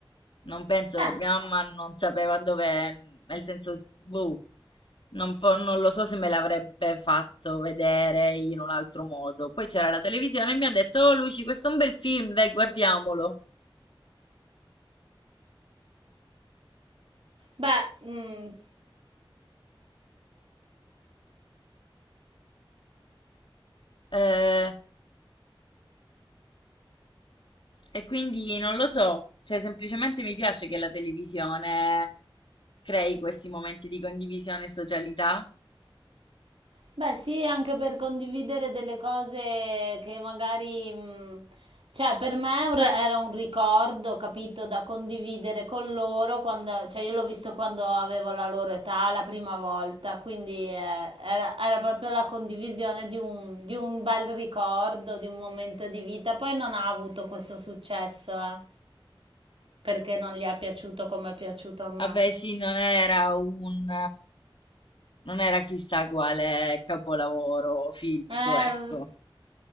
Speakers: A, on the left; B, on the right.
A: Non penso,
B: Eh,
A: mia mamma non sapeva dove, nel senso, boh, non, fo- non lo so se me l'avrebbe fatto vedere in un altro modo. Poi c'era la televisione e mi ha detto, oh Luci, questo è un bel film, dai, guardiamolo.
B: beh, mm,
A: Eh, E quindi non lo so, cioè semplicemente mi piace che la televisione crei questi momenti di condivisione e socialità.
B: Beh, sì, anche per condividere delle cose che magari, mh, cioè per me è un re- era un ricordo, capito, da condividere con loro quando, cioè io l'ho visto quando avevo la loro età la prima volta, quindi eh, era, era proprio la condivisione di un, di un bel ricordo, di un momento di vita. Poi non ha avuto questo successo, eh, perché non gli è piaciuto come è piaciuto a me.
A: Vabbè, sì, non era un, non era chissà quale capolavoro filmico,
B: Eh,
A: ecco.